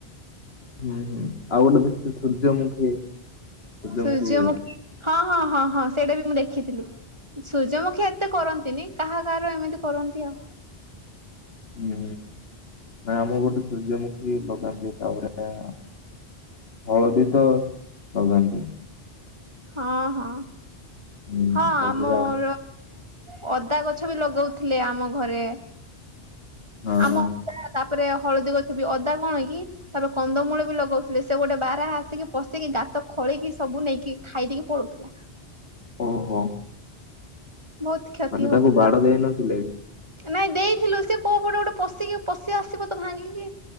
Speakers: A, on the left (about 70°); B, on the right (about 25°).
A: ହୁଁ ଆଉ ଗୋଟେ ଦେଖିଥିଲି ସୂର୍ଯ୍ୟମୁଖୀ ସୂର୍ଯ୍ୟମୁଖୀ
B: ସୂର୍ଯ୍ୟ ମୁଖି ହଁ ହଁ ହଁ ହଁ ସେଇଟା ବି ମୁଁ ଦେଖିଥିଲି। ସୂର୍ଯ୍ୟମୁଖୀ ଏତେ କରନ୍ତିନି କାହା କାହାର ଏମିତି କରନ୍ତି ଆଉ।
A: ହୁଁ ନା ଆମ ଗୋଟେ ସୂର୍ଯ୍ୟମୁଖୀ ଲଗାନ୍ତି ତାପରେ ହଳଦୀ ତ ଲଗାନ୍ତି।
B: ହଁ ହଁ
A: ହୁଁ
B: ହଁ
A: ବସୁଧା
B: ଆମର ଅଦା ଗଛ ବି ଲଗଉଥିଲେ ଆମ ଘରେ।
A: ହଁ
B: ଆମ
A: ହଁ
B: ଅଦା ତାପରେ ହଳଦୀ ଗଛ। ଅଦା କଣକି ତାପରେ କନ୍ଦମୂଳ ବି ଲଗାଉଥିଲେ ସେ ଗୋଟେ ବାର ଆସିକି ପଶିକି ଗାତ ଖୋଳିକି ସବୁ ନେଇକି ଖାଇ ଦେଇକି ପଲୋଉଥିଲା।
A: ଓହୋ
B: ବହୁତ କ୍ଷତି
A: ମାନେ
B: ହଉଥିଲା
A: ତାକୁ ବାଡ଼
B: ଆଉ।
A: ଦେଇ ନଥିଲେ କି
B: ନାଇଁ ଦେଇଥିଲୁ ସେ କୋଉ ପଟେ ଗୋଟେ ପଶିକି ପଶି ଆସିବ ତ ଭାଙ୍ଗିକି।